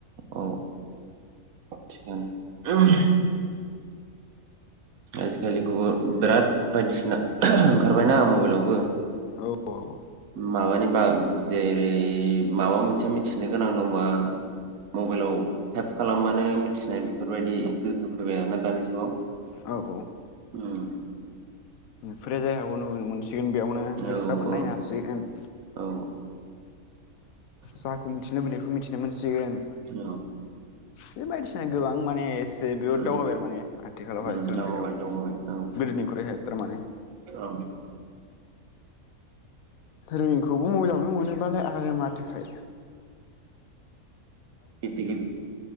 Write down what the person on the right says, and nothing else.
औ थिगानो <unintelligible> आजि खालि गुबुन बिराद बायदि सिना ओंखारवबायना मबाइलावबो
माबानि बा जेरै माबा मोनसे मिथिनो गोनां दंबा मबाइलाव टाइप खालाम बानो मिथिनाय बेफोर बायदि गोहो फैबाय आरोना दानि जुगाव।
ओम।
औ
औ
औ
औ।
उम,
उम,
दावगाबाय
दावगाबाय औ
औ
<unintelligible>